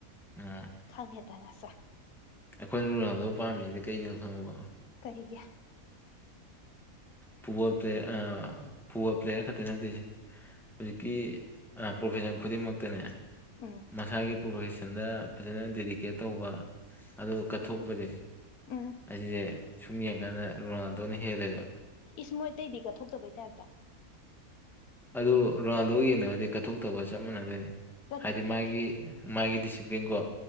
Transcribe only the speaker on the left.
ꯈꯪꯉꯦꯗꯅ ꯁꯥꯔ
ꯁꯍꯤꯒꯤ
ꯎꯝ
ꯎꯝ ꯎꯝ
ꯏꯁ ꯃꯣꯏ ꯑꯇꯩꯗꯤ ꯀꯠꯊꯣꯛꯇꯕꯩ ꯇꯥꯏꯞꯇ
ꯀꯔꯤꯒꯤ